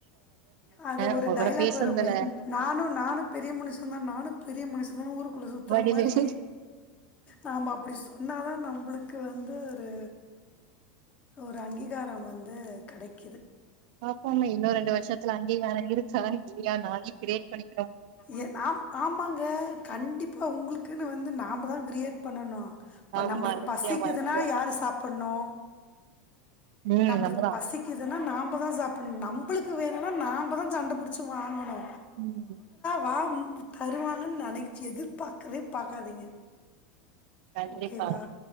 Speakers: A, on the left; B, on the right.
A: அது ஒரு
B: உங்க
A: டைலாக்
B: கூட பேசுனதுல
A: வருமே நானு நானும் பெரிய மனுஷ தா நானு பெரிய மனுஷன் தா ஊருக்குள்ள சுத்துற
B: வடிவேலு
A: மாரி நாம அப்டி சொன்னாதா நம்மளுக்கு வந்து ஒரு ஒரு அங்கீகாரம் வந்து கடைக்குது
B: பாப்போம்மே இன்னு ரெண்டு வருஷத்துல அங்கிகாரம் இருக்கா இல்லையா நானே கிரியேட் பண்ணி
A: ஏ நாம் ஆமாங்க கண்டிப்பா உங்களுக்குன்னு வந்து நாம தான் கிரியேட் பண்ணணு இப்ப
B: ஆமா
A: நம்மளுக்கு
B: நிச்சயமா
A: பசிக்குதுன்னா
B: நிச்சயமா
A: யாரு சாப்புணு
B: ம்
A: நம்மளுக்கு
B: நம்மதா
A: பசிக்குது என்னா நாம தான் சாப்புணு நம்மளுக்கு வேணுனா நாம தா சண்ட புடிச்சி வாங்கணு
B: ம்
A: வா தருவாங்கன்னு நனைச் எதிர்பார்க்கவே பாக்காதீங்க
B: கண்டிப்பா
A: ஓகேவா